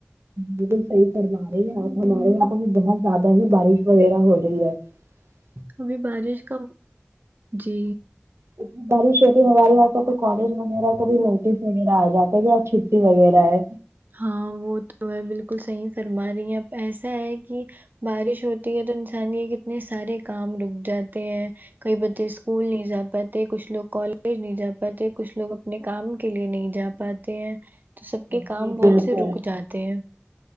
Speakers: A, on the right; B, on the right.
A: بالکل صحیح فر مار ہے ہیں آپ ہمارے یہاں بھی بہت زیادہ ہی بارش وغیرہ ہو رہی ہے جی
B: ابھی بارش کا جی
A: اتنی بارش ہوتی ہے ہمارے یہاں کا تو کالج وغیرہ کا بھی نوٹس وغیرہ آ جاتا ہے کہ آج چھٹی وغیرہ ہے
B: ہاں وہ تو ہے بالکل صحیح فرما رہی ہیں اب ایسا ہے کہ بارش ہوتی ہے تو انسانی یہ کتنے سارے کام رک جاتے ہیں کئی بچے اسکول نہیں جا پاتے کچھ لوگ کالج نہیں جا پاتے کچھ لوگ اپنے کام کے لیے نہیں جا پاتے ہیں تو سب کے
A: جی
B: کام بہت
A: بالکل
B: سے رک جاتے ہیں